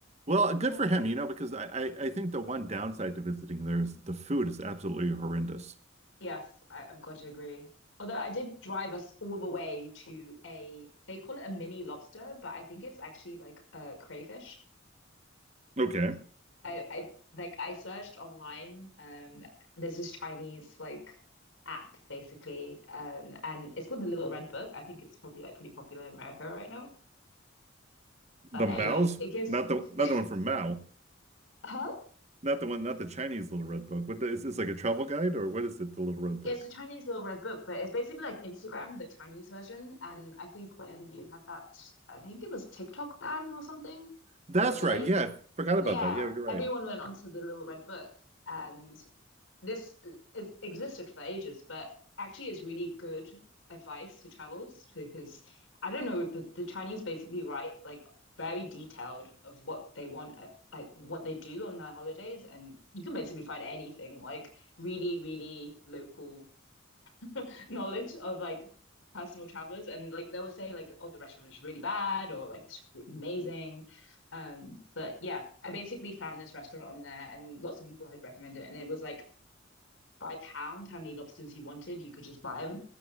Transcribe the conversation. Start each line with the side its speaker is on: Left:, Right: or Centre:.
Right: Well,
Left: yeah.
Right: good for him, you know, because I, I, I think the one downside to visiting there is the food is absolutely horrendous.
Left: Yes, I, I've got to agree. Although I did drive us all the way to a, they call it a mini lobster, but I think it's actually like a crayfish.
Right: Okay,
Left: I I like I searched online. Um, there's this Chinese like app basically, um, and it's called the Little Red Book. I think it's probably like pretty popular in America right now. But
Right: the
Left: anyway,
Right: Mao's
Left: it gives
Right: not the
Left: <laughs>
Right: not the one from Mao,
Left: huh?
Right: not the one, not the Chinese Little Red Book. What the- is this like a travel guide or what is it? The Little Red Book.
Left: It's the Chinese Little Red Book, but it's basically like Instagram but Chinese version. And I think when you had that, I think it was TikTok ban or something
Right: That's
Left: for a day.
Right: right. Yeah, I forgot
Left: Yeah,
Right: about that. Yeah, you're right.
Left: everyone went onto the Little Red Book, and this is, existed for ages, but actually is really good advice to travelers because I don't know, but the Chinese basically write like very detailed of what they want, uh, like what they do on their holidays, and you can basically find anything like really, really local <laughs> knowledge of like personal travelers, and like they will say like, oh, the restaurant is really bad or like it's amazing. Um, but yeah, I basically found this restaurant on there, and lots of people had recommended it, and it was like by pound how many lobsters you wanted. You could just buy them.